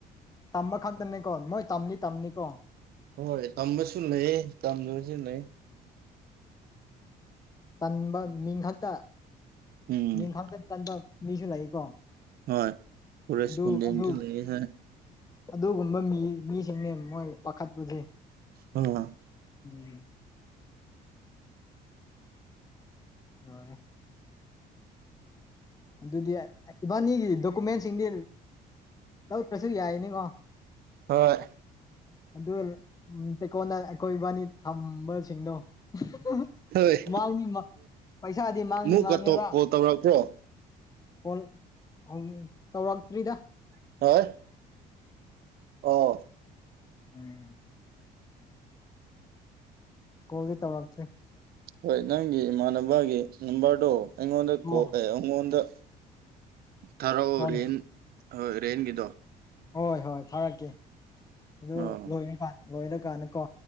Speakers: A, on the left; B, on the right.
A: ꯑꯃꯈꯛꯇꯅꯦꯀꯣ ꯃꯣꯏ ꯇꯝꯅꯤ ꯇꯝꯅꯤꯀꯣ꯫
B: ꯍꯣꯏ ꯇꯝꯕꯁꯨ ꯂꯩꯌꯦ ꯇꯝꯗꯕꯁꯨ ꯂꯩ
A: ꯆꯟꯕ ꯃꯤꯡ ꯈꯛꯇ
B: ꯎꯝ
A: ꯃꯤꯡ ꯈꯛꯇ ꯆꯟꯕ ꯃꯤꯁꯨ ꯂꯩꯌꯦꯀꯣ
B: ꯍꯣꯏ ꯀꯣꯔꯦꯁꯄꯣꯟꯗꯦꯟꯁꯨ
A: ꯑꯗꯨ ꯑꯗꯨ
B: ꯂꯩꯌꯦ ꯍꯥꯏ
A: ꯑꯗꯨꯒꯨꯝꯕ ꯃꯤ ꯃꯤꯁꯤꯡꯅꯦ ꯃꯣꯏ ꯄꯥꯈꯠꯄꯨꯁꯦ
B: ꯑꯥ꯫
A: ꯎꯝ ꯉꯥꯎꯔꯦ ꯑꯗꯨꯗꯤ ꯏꯕꯥꯅꯤꯒꯤ ꯗꯣꯀꯨꯃꯦꯟꯁꯤꯡꯗꯤ ꯇꯧꯗ꯭ꯔꯁꯨ ꯌꯥꯏꯅꯤꯀꯣ
B: ꯍꯣꯏ
A: ꯑꯗꯨ ꯆꯦꯛꯀꯣꯟꯗ ꯑꯩꯈꯣꯏ ꯏꯕꯥꯅꯤ ꯊꯝꯕꯁꯤꯡꯗꯣ <unintelligible>
B: ꯍꯣꯏ
A: ꯄꯩꯁꯥꯗꯤ ꯃꯥꯡꯗꯤ
B: ꯑꯃꯨꯛꯀ
A: ꯃꯥꯡꯉꯦꯕ
B: ꯀꯣꯜ ꯇꯧꯔꯛꯄ꯭ꯔꯣ
A: <unintelligible> ꯇꯧꯔꯛꯇ꯭ꯔꯤꯗ
B: <unintelligible> ꯑꯣ꯫
A: ꯎꯝ ꯀꯣꯜꯗꯤ ꯇꯧꯔꯛꯇ꯭ꯔꯦ꯫
B: ꯍꯣꯏ ꯅꯪꯒꯤ ꯏꯃꯥꯟꯅꯕꯒꯤ ꯅꯝꯕꯔꯗꯣ ꯑꯩꯉꯣꯟꯗ
A: ꯑꯣ
B: ꯀꯣꯜ ꯑꯦ ꯑꯉꯣꯟꯗ꯫ ꯊꯥꯔꯛꯑꯣ
A: ꯍꯣꯏ
B: ꯔꯦꯟ ꯍꯣꯏ ꯔꯦꯟꯒꯤꯗꯣ
A: ꯍꯣꯏ ꯍꯣꯏ ꯊꯥꯔꯛꯀꯦ ꯑꯗꯨ
B: ꯑꯣ
A: ꯂꯣꯏꯔ ꯀꯥꯟ ꯂꯣꯏꯔ ꯀꯥꯟꯗꯀꯣ